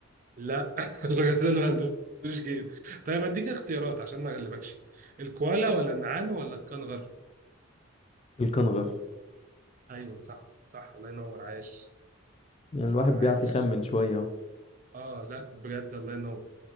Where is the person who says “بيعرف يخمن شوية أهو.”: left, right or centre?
Left